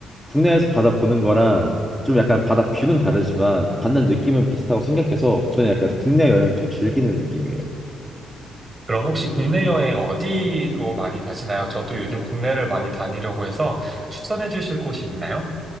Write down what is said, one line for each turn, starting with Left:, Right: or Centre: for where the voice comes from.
Centre: 국내에서 바다 보는 거랑 좀 약간 바다 뷰는 다르지만 받는 느낌은 비슷하고 생각해서 저는 약간 국내 여행을 좀 즐기는 느낌이에요.
Right: 그럼 혹시 국내 여행 어디로 많이 가시나요? 저도 요즘 국내를 많이 다니려고 해서 추천해 주실 곳이 있나요?